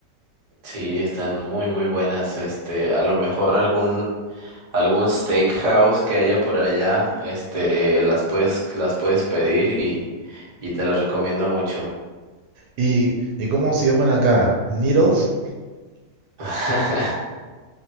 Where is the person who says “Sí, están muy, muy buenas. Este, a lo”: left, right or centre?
Right